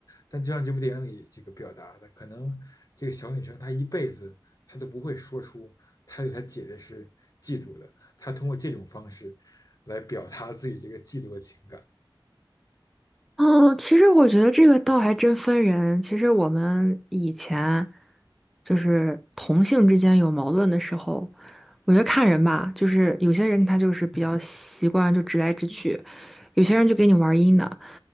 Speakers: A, on the left (about 45°); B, in the centre.
A: 但就像这部电影里这个表达的，可能这个小女生她一辈子她都不会说出她对她姐姐是嫉妒的，她通过这种方式来表达自己这个嫉妒的情感。
B: 嗯，其实我觉得这个倒还真分人。其实我们以前就是同性之间有矛盾的时候，我觉得看人吧，就是有些人他就是比较习惯就直来直去，
A: 嗯，
B: 有些人就给你玩阴的。